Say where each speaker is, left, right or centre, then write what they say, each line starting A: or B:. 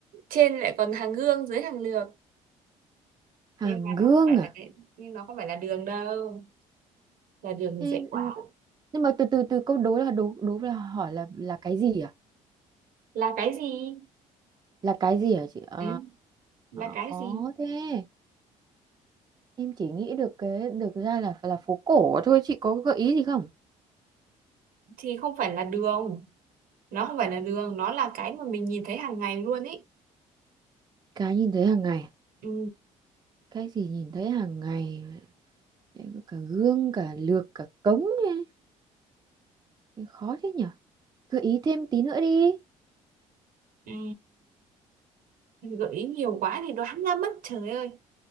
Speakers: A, on the right; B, on the right.
A: Trên lại còn hàng gương, dưới hàng lược.
B: hàng
A: nhưng mà
B: gương
A: nó không phải
B: à
A: là cái nhưng nó không phải là đường đâu là đường thì
B: Thế,
A: dễ quá
B: ừ, nhưng mà từ từ từ câu đố là đố đố là hỏi là là cái gì à
A: là cái gì
B: là cái gì hả chị à,
A: ừ, là cái
B: khó
A: gì
B: thế em chỉ nghĩ được cái được ra là là phố cổ thôi chị có gợi ý gì không
A: thì không phải là đường nó không phải là đường nó là cái mà mình nhìn thấy hàng ngày luôn ấy
B: cái nhìn thấy hàng ngày
A: ừ.
B: cái gì nhìn thấy hàng ngày Em có cả gương cả lược cả cống ấy. Thế khó thế nhở gợi ý thêm tí nữa đi
A: Ừ. gợi ý nhiều quá thì đoán ra mất trời ơi